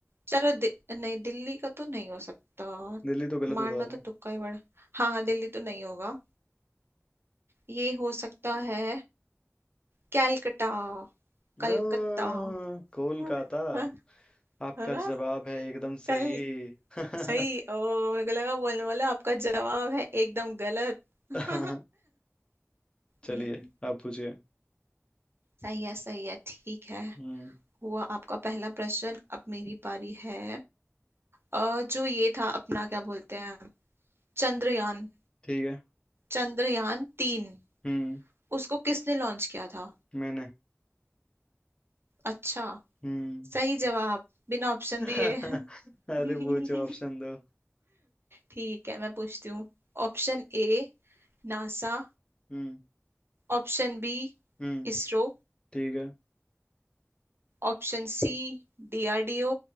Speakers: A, on the right; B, on the left.
A: चलो दि, नहीं दिल्ली का तो नहीं हो सकता
B: <laughs> दिल्ली तो गलत बता
A: मारना तो
B: रहे
A: तुक्का ही बड़ा हाँ हाँ दिल्ली तो नहीं होगा ये हो सकता है कैलकटा कलकत्ता
B: हैं आ, कोलकाता
A: <laughs> है
B: आपका
A: है ना
B: जवाब है एकदम सही
A: कल
B: <laughs> आ,
A: सही ओ मेरे को लगा बोलने वाला आपका जवाब है एकदम गलत <laughs>
B: <laughs> चलिए
A: हम्म,
B: आप पूछिए
A: सही है सही है ठीक है
B: हम्म
A: हुआ आपका पहला प्रश्न अब मेरी पारी है अ, जो ये था अपना क्या बोलते हैं चंद्रयान
B: ठीक है
A: चंद्रयान तीन
B: हम्म
A: उसको किसने लॉन्च किया था
B: मैंने
A: अच्छा
B: हम्म
A: सही जवाब बिना ऑप्शन
B: <laughs>
A: दिए
B: अरे
A: <laughs>
B: पूछो ऑप्शन दो
A: ठीक है मैं पूछती हूँ Option A NASA
B: हम्म
A: Option B
B: हम्म
A: ISRO
B: ठीक है
A: Option C DRDO